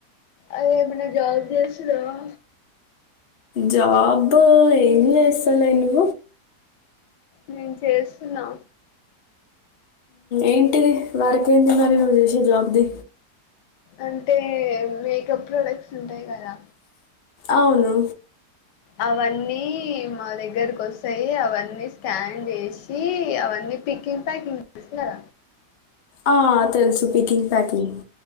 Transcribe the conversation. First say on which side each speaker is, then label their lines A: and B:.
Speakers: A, on the left (about 80°); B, on the left (about 50°).
A: రే ఏమన్న జాబ్ చేస్తున్నావా
B: జాబ్ ఎం చేస్తాలేను
A: నేను చేస్తున్నా
B: ఏంటిది వారిక ఏంది మరి నువ్వు చేసే జాబ్ది
A: అంటే మేకప్ ప్రొడక్ట్స్ ఉంటాయి కదా
B: అవును
A: అవన్నీ మా దగ్గరకి వస్తాయి అవన్నీ స్కాన్ చేసి అవన్నీ పికింగ్ ప్యాకింగ్ చేసార
B: ఆ తెలుసు పీకింగ్ ప్యాక్ని